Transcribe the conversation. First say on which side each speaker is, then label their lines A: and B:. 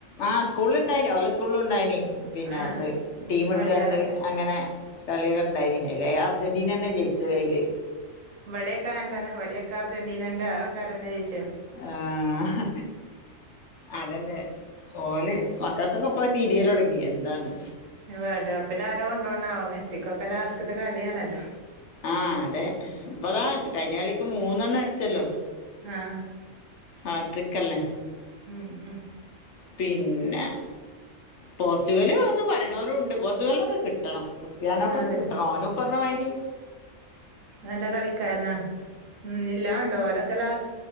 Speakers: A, on the left; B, on the right.
A: ആഹ് സ്കൂൾ ഇണ്ടായിനി ഓല സ്കൂളും ഇണ്ടായി നി പിന്നെ
B: ആഹ്
A: ത് ടീം
B: കളികളൊക്കെ
A: ഇട്ടാണ്ട് അങ്ങനെ കളിയൊക്കെണ്ടായി നി അയിലെ അർജന്റീന ന്നെ ജയിച്ച അയില്
B: ഇവടെക്കെ അങ്ങൻതന്നെ ഇ വ ടെക്കെ അർജന്റീനന്റെ ആൾക്കാരന്നെ ജയി
A: ആഹ് അതന്നെ ഓല് മക്കക്കൊക്കെ പ്പഹ് തിരിയല് തൊടങ്ങി എന്താന്ന്
B: ഇഞ്ഞ് വേൾഡ് കപ്പില് ആരാ കൊണ്ടോ ണാവോ മെസ്സിക്കൊക്കെ ലാസ്റ്റത്തെ കളിയാണല്ലോ
A: ആഹ് അതെ ഇപ്പതാ കഴിഞ്ഞ കളിക്ക് മൂന്നെണ്ണം അടിച്ചല്ലോ
B: ആഹ്
A: ആഹ് ട്രിക് അല്ലേ
B: ഉം ഉം
A: പിന്നെ പോർച്ചുഗല് ഒന്ന് പറി ണോ ലും ഉണ്ട് പോർച്ചുഗലിനൊക്കെ കി ട്ടണം ക്രിസ്ത്യാനോക്കൊക്കെ
B: അതന്നെ
A: കിട്ടണം ഓനുപ്പറഞ്ഞമാരി
B: നല്ല കളിക്കാരനാ ഉം ഇല്ലാ ഉണ്ടോ ഓലൊക്കെ ലാസ്